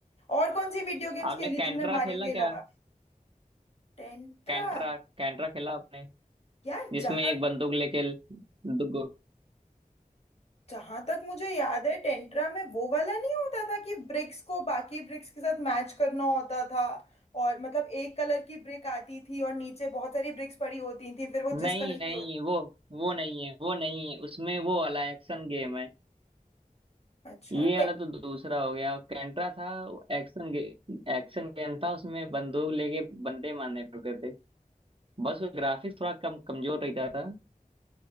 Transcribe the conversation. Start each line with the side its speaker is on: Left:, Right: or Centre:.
Left: और कौन सी वीडियो गेम्स
Right: आपने
Left: खेली
Right: कैंट्रा
Left: तुमने मारियो
Right: खेला
Left: के अलावा
Right: क्या
Left: टेंट्रा
Right: कैंट्रा कैंट्रा खेला आपने
Left: यार
Right: जिसमें
Left: जहां
Right: एक बंदूक लेके ल- दु-
Left: जहां तक मुझे याद है टेंट्रा में वो वाला नहीं होता था कि ब्रिक्स को बाकी ब्रिक्स के साथ मैच करना होता था और मतलब एक कलर की ब्रिक आती थी और नीचे बहुत सारी ब्रिक्स पड़ी होती थी फिर वो
Right: नहीं
Left: जिस कलर
Right: नहीं
Left: की होती
Right: वो वो नहीं है वो नहीं है उसमें वो वाला एक्शन गेम है
Left: अच्छा
Right: ये वाला तो दूसरा हो गया कैंट्रा था एक्शन गे, एक्शन गेम था उसमें बंदूक लेके बंदे मारने पड़ते थे बस ग्राफिक्स थोड़ा कम कमजोर रहता था